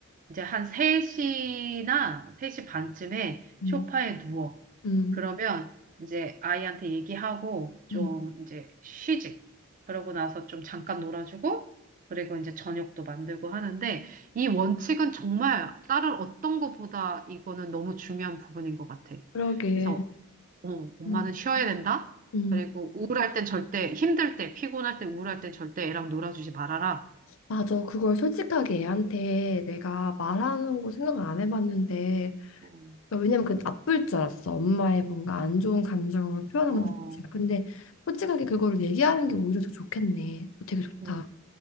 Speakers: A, on the right; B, on the left.
A: 이제 한 3시나 3시 반쯤에
B: 음,
A: 소파에 누워.
B: 음,
A: 그러면 이제 아이한테 얘기하고 좀
B: 음,
A: 이제 쉬지. 그러고 나서 좀 잠깐 놀아주고, 그리고 이제 저녁도 만들고 하는데, 이 원칙은 정말 다른 어떤 것보다 이거는 너무 중요한 부분인 것 같아.
B: 그러게.
A: 그래서, 어, 엄마는
B: 음,
A: 쉬어야 된다.
B: 음,
A: 그리고 우울할 땐 절대, 힘들 때, 피곤할 때, 우울할 땐 절대 애랑 놀아주지 말아라.
B: 맞아. 그걸 솔직하게 애한테 내가 말하는 거 생각을 안 해봤는데,
A: 어,
B: 그러니까 왜냐면 그 나쁠 줄 알았어. 엄마의 뭔가 안 좋은 감정을 표현하는
A: 어,
B: 것 자체가. 근데 솔직하게 그거를 얘기하는 게 오히려 더 좋겠네. 어, 되게 좋다.
A: 어, 어,